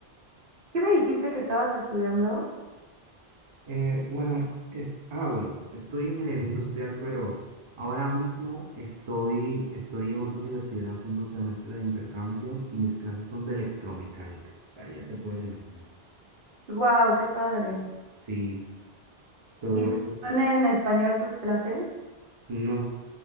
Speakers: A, on the right; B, on the right.
A: ¿Qué me dijiste que estabas estudiando?
B: Eh, bueno, es, ah, bueno, estoy en ingeniería industrial, pero ahora mismo estoy, estoy en otra universidad haciendo un semestre de intercambio y mis clases son de electromecánica. O sea, ya te puedes imaginar.
A: Wow, qué padre!
B: Sí, todo,
A: ¿Y son en español tus clases?
B: no,